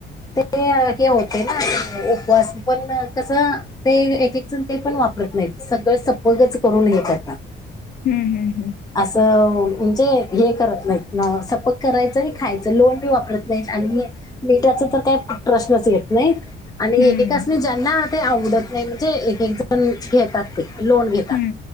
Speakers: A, on the left; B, on the left.
A: ते हे होतय ना उपवास पण कसं ते एक एक जण ते पण वापरत नाहीत. सगळं सपोग्याच करून हे करतात..
B: हम्म हम्म
A: असं म्हणजे हे करत नाही सपक करायचं आणि खायचं लोन पण वापरत नाही. आणि मी त्याचा तर काही प्रश्नच येत नाही. आणि
B: हम्म
A: एकेकाना ज्यांना ते आवडत नाही. म्हणजे एक एक जण घेतात. लोन घेतात.
B: हम्म